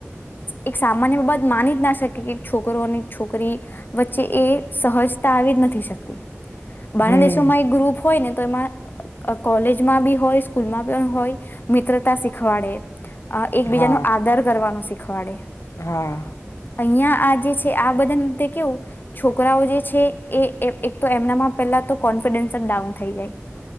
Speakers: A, on the left; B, on the left.
A: એક સામાન્ય બા માની જ ના શકે કે છોકરો અને છોક છોકરી વચ્ચે એ સહજતા આવી જ નથી શકતી બાંગ્લા
B: હમ
A: દેશોમાં એક ગ્રુપ હોય ને તો એમાં કોલેજમાં બી હોય સ્કૂલમાં પણ હોય મિત્રતા શીખવાડે અ એકબીજા
B: હા
A: ન આદર કરવાનું શીખ ખખવાડે
B: હા.
A: અહિયાં આ જે છે આ બધા તે કેવું, છોકરાઓ જે છે એ એક-એક તો એમનામાં પેલા તો કોન્ફિડન્સ જ ડાઉન થઈ જાય.